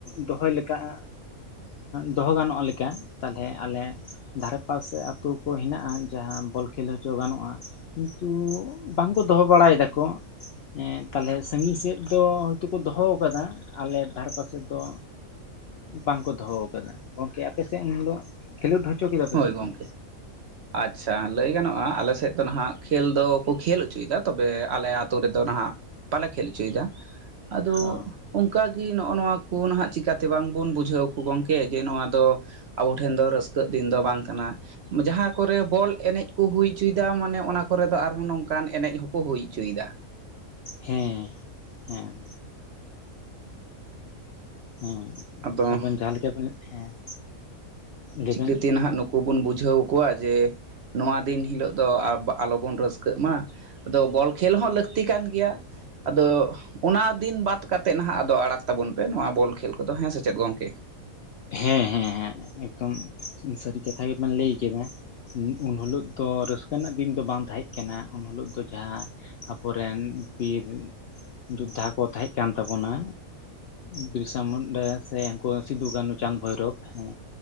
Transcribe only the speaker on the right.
ᱦᱳᱭ
ᱜᱚᱝᱠᱮ ᱟᱪᱪᱷᱟ ᱞᱟᱹᱭ ᱜᱟᱱᱚᱜᱼᱟ ᱟᱞᱮ ᱥᱮᱫ ᱫᱚ ᱱᱟᱦᱟᱸᱜ ᱠᱷᱮᱞ ᱫᱚᱠᱚ ᱠᱷᱮᱞ ᱦᱚᱪᱚᱭᱮᱫᱟ ᱛᱚᱵᱮ ᱟᱞᱮ ᱟᱛᱳ ᱨᱮᱫᱚ ᱱᱟᱦᱟᱸᱜ ᱵᱟᱞᱮ ᱠᱷᱮᱞ ᱦᱚᱪᱚᱭᱮᱫᱟ ᱟᱫᱚ
ᱚᱱᱠᱟᱜᱮ ᱱᱚᱜᱼᱚ ᱱᱚᱣᱟ ᱠᱚ ᱱᱟᱦᱟᱸᱜ ᱪᱤᱟᱹᱛᱮ ᱵᱟᱝ ᱵᱚᱱ ᱵᱩᱡᱷᱟᱹᱣ ᱟᱠᱚ ᱜᱚᱝᱠᱮ ᱡᱮ ᱱᱚᱣᱟ ᱫᱚ ᱟᱵᱚ ᱴᱷᱮᱱ ᱫᱚ ᱨᱟᱹᱥᱠᱟᱹᱜ ᱫᱤᱱ ᱫᱚ ᱵᱟᱝ ᱠᱟᱱᱟ᱾ ᱡᱟᱦᱟᱸ ᱠᱚᱨᱮ ᱵᱚᱞ ᱮᱱᱮᱡ ᱠᱚ ᱦᱩᱭ ᱦᱚᱪᱚᱭᱫᱟ ᱢᱟᱱᱮ ᱚᱱᱟ ᱠᱚᱨᱮ ᱫᱚ ᱟᱨᱦᱚᱸ ᱱᱚᱝᱠᱟᱱ ᱮᱱᱮᱡ ᱦᱚᱸ ᱠᱩ ᱦᱩᱭ ᱪᱚᱭᱫᱟ
ᱟᱫᱚ
ᱪᱤᱠᱟᱹᱛᱮ
ᱱᱟᱦᱟᱸᱜ ᱱᱩᱠᱩ ᱵᱚᱱ ᱵᱩᱡᱷᱟᱹᱣ ᱠᱚᱣᱟ ᱡᱮ ᱱᱚᱣᱟ ᱫᱤᱱ ᱦᱤᱞᱳᱜ ᱫᱚ ᱟᱞᱚᱵᱚᱱ ᱨᱟᱹᱥᱠᱟᱹᱜ ᱢᱟ ᱟᱫᱚ ᱵᱚᱞ ᱠᱷᱹᱮᱞ ᱦᱚᱸ ᱞᱟᱹᱠᱛᱤ ᱠᱟᱱ ᱜᱮᱭᱟ ᱟᱫᱚ ᱚᱱᱟ ᱫᱤᱱ ᱵᱟᱫ ᱠᱟᱛᱮᱫ ᱱᱟᱦᱟᱸᱜ ᱟᱫᱚ ᱟᱲᱟᱜᱷ ᱛᱟᱵᱚᱱ ᱯᱮ ᱱᱚᱣᱟ ᱵᱚᱞ ᱠᱷᱮᱞ ᱠᱚᱫᱚ ᱦᱮᱸ ᱥᱮ ᱪᱮᱫ ᱜᱚᱝᱠᱮ?